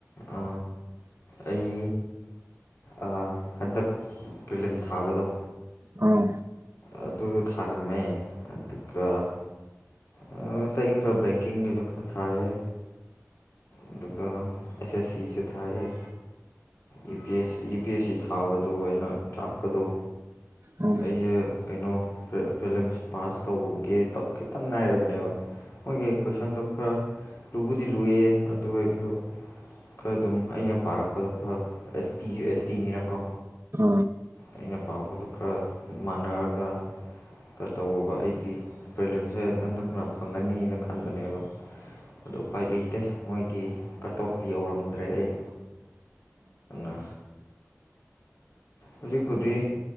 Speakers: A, on the left; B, on the right.
A: ꯑ ꯑꯩ ꯑ ꯍꯟꯗꯛ ꯄꯔꯤꯂꯤꯝꯁ ꯊꯥꯕꯗꯣ
B: ꯑꯥ
A: ꯑꯇꯨ ꯊꯥꯔꯝꯃꯦ ꯑꯗꯨꯒ ꯑ ꯇꯩ ꯈꯔ ꯕꯦꯡꯀꯤꯡꯒꯤꯁꯨ ꯈꯔꯥ ꯊꯥꯌꯦ ꯑꯗꯨꯒ ꯑꯦꯁ ꯑꯦꯁ ꯁꯤꯁꯨ ꯊꯥꯏ ꯌꯦ U P S C U P S C ꯊꯥꯕꯗꯣ ꯑꯩꯅ ꯇꯥꯛꯄꯗꯣ
B: ꯑꯣ
A: ꯑꯩꯁꯦ ꯀꯩꯅꯣ ꯄꯔꯤꯂꯤꯝꯁ ꯄꯥꯁ ꯇꯧꯒꯦ ꯈꯤꯇꯪ ꯉꯥꯏꯔꯕꯅꯦꯕ ꯃꯣꯏꯒꯤ ꯀꯣꯏꯁꯟꯗꯨ ꯈꯔ ꯂꯨꯕꯨꯗꯤ ꯂꯨꯏꯌꯦ ꯑꯗꯨ ꯑꯣꯏꯁꯨ ꯈꯔ ꯑꯗꯨꯝ ꯑꯩꯅ ꯄꯥꯔꯛ ꯄꯗꯣ ꯈꯔ ꯑꯦꯁ ꯇꯤꯁꯨ ꯑꯦꯁ ꯇꯤꯅꯤꯅꯀꯣ
B: ꯑ
A: ꯑꯩꯅ ꯄꯥꯕꯗꯨ ꯈꯔ ꯃꯥꯟꯅꯔꯒ ꯇꯧꯕ ꯑꯩꯗꯤ ꯄ꯭ꯔꯤꯂꯤꯝꯁꯦ ꯍꯟꯗꯛꯅ ꯐꯪꯒꯅꯤꯅ ꯈꯟꯕꯅꯦꯕ ꯑꯗꯨ ꯎꯄꯥꯏ ꯂꯩꯇꯦ ꯃꯣꯏꯒꯤ ꯀꯠ ꯑꯣꯐ ꯌꯧꯔꯝꯗ꯭ꯔꯦ ꯑꯩ ꯑ ꯍꯧꯖꯤꯛꯄꯨꯗꯤ